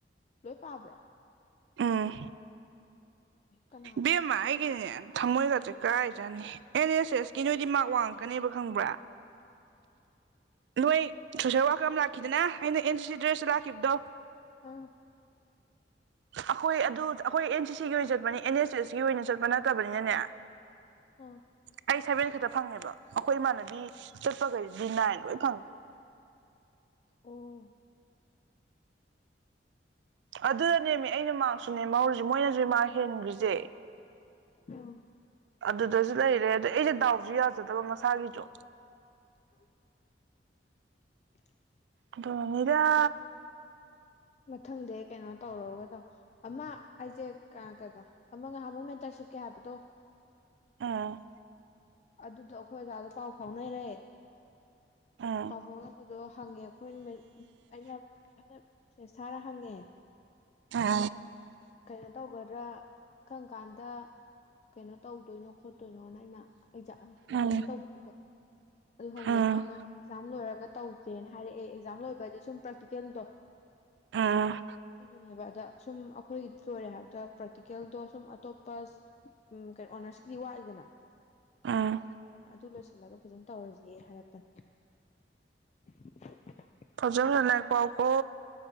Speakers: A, on the left (about 40°); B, on the right (about 70°).
A: ꯂꯩ ꯇꯥꯕ꯭ꯔꯥ
B: ꯎꯝ
A: ꯀꯅꯥꯅꯣ
B: ꯦꯝꯃ ꯑꯩꯒ ꯊꯝꯃꯣꯏꯒꯥꯁꯦ ꯀꯥꯏ ꯆꯥꯅꯤ ꯑꯦꯟ ꯑꯦꯁ ꯑꯦꯁꯀꯤ ꯅꯣꯏꯗꯤ ꯃꯔ ꯋꯥꯡꯉꯛꯀꯅꯦꯕ ꯈꯪꯕ꯭ꯔꯥ ꯅꯣꯏ ꯁꯣꯁꯦꯜ ꯋꯥꯔꯀꯔ ꯑꯃ ꯂꯥꯛꯈꯤꯗꯅ ꯑꯩꯅ ꯑꯦꯟ ꯁꯤ ꯁꯤ ꯗ꯭ꯔꯦꯁꯇ ꯂꯥꯛꯈꯤꯕꯗꯣ
A: ꯑꯥ
B: ꯑꯩꯈꯣꯏ ꯑꯗꯨ ꯑꯩꯈꯣꯏ ꯑꯦꯟ ꯁꯤ ꯁꯤꯒꯤ ꯑꯣꯏꯅ ꯆꯠꯄꯅꯤ ꯑꯦꯟ ꯑꯦꯁ ꯑꯦꯁꯀꯤ ꯑꯣꯏꯅ ꯆꯠꯄ ꯅꯠꯇꯕꯅꯤꯅꯅꯦ
A: ꯑꯥ
B: ꯑꯩ ꯁꯚꯦꯟ ꯈꯛꯇ ꯐꯪꯉꯦꯕ ꯑꯩꯈꯣꯏ ꯏꯃꯥꯟꯅꯕꯤ ꯆꯠꯄꯈꯩꯁꯤꯗꯤ ꯅꯥꯏꯟ ꯂꯣꯏ ꯐꯪꯉꯦ
A: ꯑꯣ
B: ꯑꯗꯨꯗ ꯅꯦꯝꯃꯦ ꯑꯩꯅ ꯃꯥꯁꯨ ꯅꯦꯝꯃ ꯍꯧꯧꯔꯤꯁꯦ ꯃꯣꯏꯅꯁꯨ ꯏꯃꯥ ꯍꯦꯟꯈ꯭ꯔꯤꯁꯦ
A: ꯑꯥ
B: ꯑꯗꯨꯗꯁꯨ ꯂꯩꯔꯦ ꯑꯗ ꯑꯩꯁꯦ ꯗꯥꯎꯁꯨ ꯌꯥꯖꯗꯕ ꯃꯁꯥꯒꯤꯁꯨ
A: <unintelligible>
B: ꯑꯗꯨꯒꯤꯅꯤꯗ
A: ꯃꯊꯪꯗꯩ ꯀꯩꯅꯣ ꯇꯧꯔꯣꯒ ꯇꯧ ꯑꯃ ꯑꯩꯁꯦ ꯀꯩꯕ ꯑꯃ ꯅꯍꯥꯟꯃꯨꯛ ꯃꯦꯟꯇꯔꯁꯤꯞꯀꯤ ꯍꯥꯏꯕꯗꯣ
B: ꯎꯝ
A: ꯑꯗꯨꯗꯣ ꯑꯈꯣꯏ ꯑꯣꯖꯥꯗꯣ ꯄꯥꯎ ꯐꯥꯎꯅꯔꯦ
B: ꯎꯝ
A: ꯄꯥꯎ ꯐꯥꯎꯅꯕꯗꯣ ꯍꯪꯉꯦ ꯑꯈꯣꯏ ꯑꯩꯅ ꯑꯩꯅ ꯃꯦꯁꯦꯁ ꯊꯥꯔ ꯍꯪꯉꯦ
B: ꯎꯝ
A: ꯀꯩꯅꯣꯇꯧꯒꯗ꯭ꯔ <unintelligible> ꯀꯪ ꯀꯥꯟꯗ ꯀꯩꯅꯣ ꯇꯧꯗꯣꯏꯅꯣ ꯈꯣꯠꯇꯣꯏꯅꯣꯅ ꯑꯩꯅ ꯑꯩ <unintelligible>
B: ꯎꯝ
A: ꯇꯨꯏꯁꯟ <unintelligible> ꯑꯗꯨ ꯍꯪꯕꯗꯣ
B: ꯎꯝ
A: ꯃꯥꯅ ꯑꯦꯛꯖꯥꯝ ꯂꯣꯏꯔ ꯇꯧꯁꯦꯅ ꯍꯥꯏꯔꯛꯑꯦ ꯑꯦꯛꯖꯥꯝ ꯂꯣꯏꯕꯗꯤ ꯁꯨꯝ ꯄ꯭ꯔꯦꯛꯇꯤꯀꯦꯜꯗꯣ
B: ꯎꯝ
A: ꯑꯗꯨꯗꯨꯅꯦꯕ ꯑꯗ ꯁꯨꯝ ꯑꯈꯣꯏꯒꯤꯗꯤ ꯂꯣꯏꯔꯦ ꯍꯥꯏꯕꯗ ꯄ꯭ꯔꯦꯇꯤꯀꯦꯜꯗꯣ ꯁꯨꯝ ꯑꯇꯣꯞꯄ ꯎꯝ ꯀꯩꯅꯣ ꯑꯣꯅꯔꯁꯀꯤ ꯋꯥꯠꯂꯤꯗꯅ
B: ꯎꯝ
A: ꯑꯗꯨ ꯂꯣꯏꯁꯤꯜꯂꯒ ꯐꯖꯟ ꯇꯧꯔꯁꯦ ꯍꯥꯏꯔꯛꯄꯅꯤ <unintelligible>
B: <unintelligible> ꯄꯥꯎ ꯀꯣ